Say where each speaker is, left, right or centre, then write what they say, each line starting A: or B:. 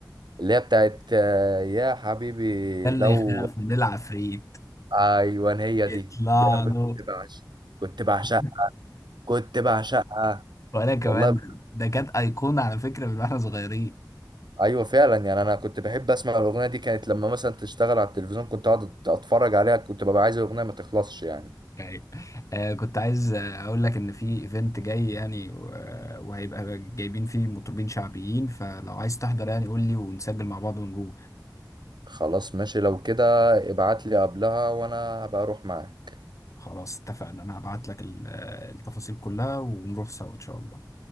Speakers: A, on the right; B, on the left.
A: اللي هي بتاعت آه، يا حبيبي
B: اللي
A: لو
B: يخاف من العفريت
A: أيوان هي
B: يطلع
A: دي دي أنا كنت
B: له
A: بعشق كنت بعشقها
B: <laughs>
A: كنت بعشقها
B: وانا كمان
A: والله
B: ده ده كانت ايقونه على فكره من واحنا صغيرين
A: ايوه فعلا يعني انا كنت بحب اسمع الاغنيه دي كانت لما مثلا تشتغل على التلفزيون كنت اقعد اتفرج عليها كنت ببقى عايز الاغنيه ما تخلصش يعني
B: يعني آه كنت عايز آه، اقول لك ان في ايفنت جاي يعني و- آه، وهيبقى جايبين فيه مطربين شعبيين فلو عايز تحضر يعني قول لي ونسجل مع بعض ونروح
A: خلاص ماشي لو كده ابعت لي قبلها وانا هبقى اروح معاك
B: خلاص اتفقنا انا هبعت لك ال- آه، التفاصيل كلها ونروح سوا ان شاء الله